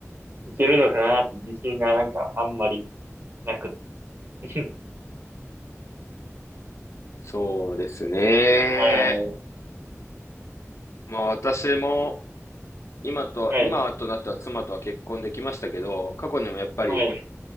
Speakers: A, on the right; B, on the left.
A: いけるのかなって自信がなんかあんまりなく、<laughs>
B: そうですね。
A: はい、
B: まあ、私も、今と、
A: はい、
B: 今となった妻とは結婚できましたけど、過去にもやっぱり
A: はい、